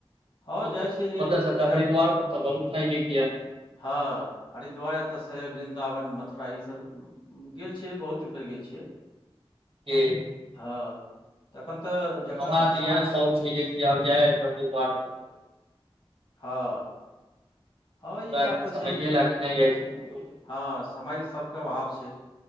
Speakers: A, on the left; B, on the right.
A: हँ
B: ओत
A: जाइ छलियै
B: ओत स तऽ
A: जख
B: हरिद्वार पत <unintelligible>
A: हँ हरिद्वार एतऽ से वृन्दावन मथुरा ई सब‌। गेल छियै बहुत बेर गेल छियै।
B: जी।
A: हँ तखन तऽ। जखन
B: हमरा तऽ
A: समय
B: इएह शौक छै जेकि आब जाय <unintelligible> घर त।
A: हँ। हँ ई
B: मुदा
A: बात तऽ
B: समय
A: छैहे
B: ल क नहि जाय छथिन।
A: हँ समयके सबके अभाव छै।